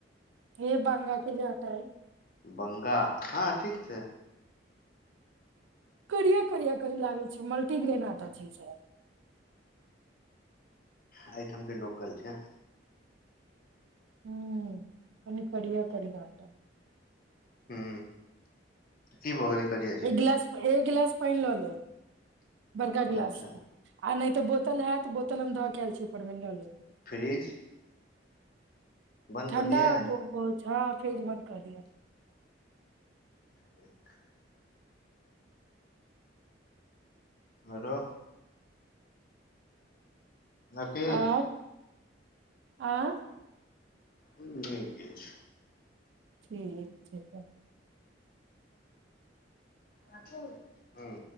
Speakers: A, on the right; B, on the left.
A: ह बंगा के जाट
B: बंगा हँ ठीक छै
A: करिया करिया करी लागै छै मल्टीग्रेन आटा छै ई सब
B: एहि ठाम के लोकल छै
A: हू कनी करिया करिया आटा
B: ह कि भऽ गेलै करिया चीज
A: एक गिलास एक गिलास पानि लऽ लेब बड़का गिलास
B: अच्छा
A: से आ नहि तऽ बोतल हैत बोतल हम धऽ के एल छियै ऊपरमे लऽ लेब
B: फ्रिज बन्द
A: ठण्डा
B: कऽ दियै
A: बहुत छौड़ा आर फ्रिज बन्द कऽ दै यै
B: <unintelligible> आरो न किछ
A: आओर आ
B: नहि किछ
A: ठीक छै <unintelligible>
B: राखू ह्म